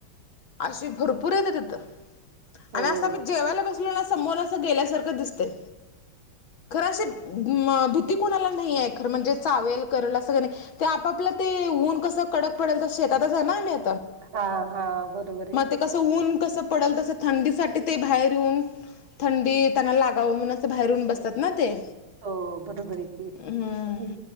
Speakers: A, on the left (about 65°); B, on the right (about 65°).
A: अशी भरपूर येते तिथं,,
B: होय.
A: आणि असं मी जेवायला बसलो ना समोून असं गेल्यासारखं दिसतऽ तय,, खरं असंऽ म, भीती कुणाला नाही आहे,, खरं म्हणजे चावेल, करल असग नाही ऽ ते आपापला ते,, ऊन कसं कडक पडेल तस, शेतातच आहे ना आम्हीऽ
B: हां, हा, बरोबर आहे.
A: ते कसं, ऊन कसं पडल तसं थंडीसाठी सबते बाहेर येऊन तेऽ थंडी त्यांना लागावं म्हणून,, असं बाहेरून बसतात ना ते
B: हो,, बरोबर आहे की?
A: हम्म